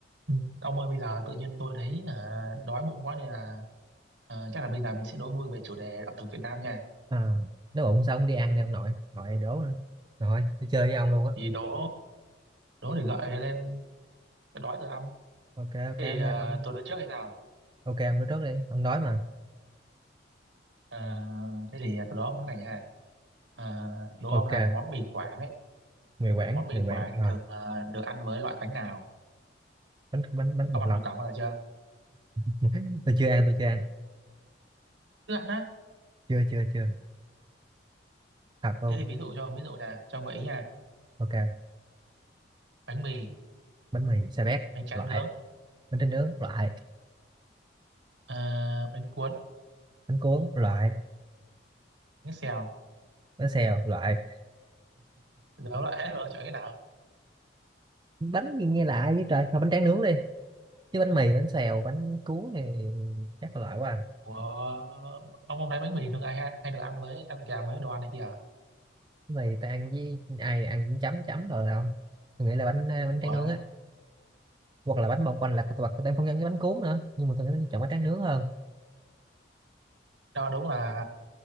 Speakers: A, on the right (about 70°); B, on the right (about 25°).
A: Ừ. Ông ơi bây giờ tự nhiên tôi thấy à, đói bụng quá nên là à, chắc là bây giờ mình sẽ đố vui về chủ đề ẩm thực Việt Nam nha.
B: à, nếu bụng sao ông đi ăn đi ông nội nội em đố nữa rồi đi chơi với ông luôn á
A: Thì đố đố để gọi lên cái đói rồi ăn.
B: ok ok
A: Thế thì à,
B: ông,
A: tôi đố trước hay sao?
B: ok ông nói trước đi ông đói mà
A: À, thế thì tôi đố ông cái này nha. À, đố
B: ok
A: ông là món mì Quảng ấy.
B: mì quảng
A: Món mì
B: mì quảng
A: Quảng thì
B: à,
A: thường là được ăn với loại bánh nào?
B: bánh bánh bánh
A: Ông
B: bột
A: ăn
B: lọc
A: mì Quảng bao giờ chưa?
B: <laughs> tôi chưa ăn tôi chưa ăn
A: Chưa ăn á.
B: chưa chưa chưa thật luôn
A: Thế thì ví dụ cho ví dụ là cho ông gợi ý nha.
B: ok
A: Bánh mì,
B: bánh mì xà bét
A: bánh tráng
B: loại
A: nướng,
B: bánh tráng nướng loại
A: à, bánh cuốn,
B: bánh cuốn loại
A: bánh xèo.
B: bánh xèo loại
A: Giờ ông loại hết rồi chọn cái nào?
B: bánh gì nghe lạ vậy trời thôi bánh tráng nướng đi chứ bánh mì bánh xèo bánh cuốn thì chắc là loại quá à.
A: Ủa, ông không thấy bánh mì thường ai hay, hay được ăn với ăn kèm với đồ ăn này kìa
B: bánh mì tôi ăn với ai ăn với chấm chấm rồi đâu tôi nghĩ là bánh bánh
A: Ủa,
B: tráng nướng á hoặc là bánh bông quanh là hoặc có tem phong nhân với bánh cuốn nữa nhưng mà tôi thấy chọn bánh tráng nướng hơn
A: đó đúng là